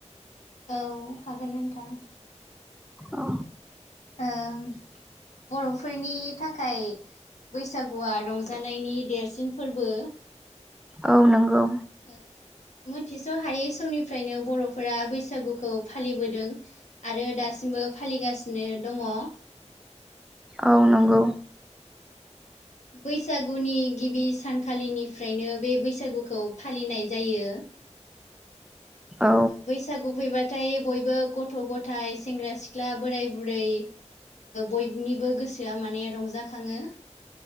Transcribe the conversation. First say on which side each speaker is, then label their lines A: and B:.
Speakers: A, on the left; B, in the centre.
A: औ हागोन नोंथां।
B: अ।
A: <unintelligible> बर'फोरनि थाखाय बैसागुआ रंजानायनि देरसिन फोरबो
B: औ नंगौ।
A: औ। मोनथिस' हायै समनिफ्रायनो बर'फोरा बैसागुखौ फालिबोदों। आरो दासिम सिमबो फालिगासिनो दङ।
B: औ नंगौ।
A: बैसागुनि गिबि सानखालिनिफ्रायनो बे बैसागुखौ फालिनाय जायो।
B: औ
A: बैसागु फैबा नाथाय बयबो गथ' गथाय सेंग्रा सिख्ला बोराय बुरै बयनिबो गोसोआ माने रंजाखाङो।